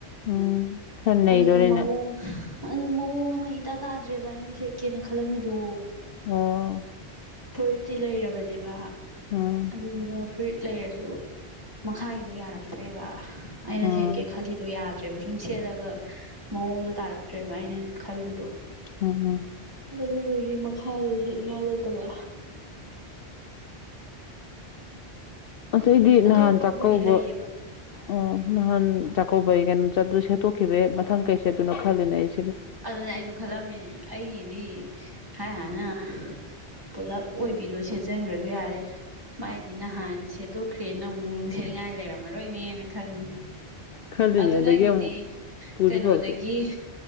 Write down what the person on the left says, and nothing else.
ꯎꯝ ꯈꯔ ꯅꯩꯗꯣꯔꯦꯅꯦ
ꯑꯣ
ꯎꯝ
ꯎꯝ
ꯎꯝ
ꯑꯁꯇꯩꯗꯤ
ꯅꯍꯥꯟ ꯆꯥꯛꯀꯧꯕ
ꯑꯣ ꯅꯍꯥꯟ ꯆꯥꯛꯀꯧꯕꯩ ꯀꯩꯅꯣꯝ ꯆꯠꯄ ꯁꯦꯠꯇꯣꯛꯈꯤꯕꯦ ꯃꯊꯪ ꯀꯩ ꯁꯦ ꯑꯗꯨꯅ ꯈꯜꯂꯅꯦ ꯑꯩꯁꯦ
ꯈꯜꯂꯤꯅꯦ
ꯑꯗꯒꯤ
ꯑꯃꯨꯛ ꯄꯨꯁꯨ
ꯄꯨꯔꯛꯇꯦ